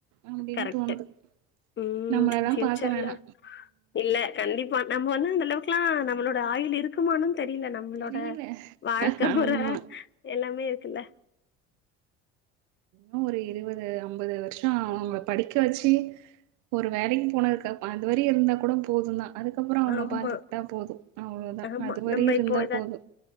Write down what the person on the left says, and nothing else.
கரெக்ட்
ம்
ஃபியூச்சர்ல
இல்ல கண்டிப்பா நம்ம வந்து அந்த அளவுக்குலா நம்மளோட ஆயில் இருக் குமானு தெரில நம்மளோட
வாழ்க்க
முற எல்லாமே இருக்குல்ல
ஆமா,
ஆமா.
நம்ம
இப்போ எதா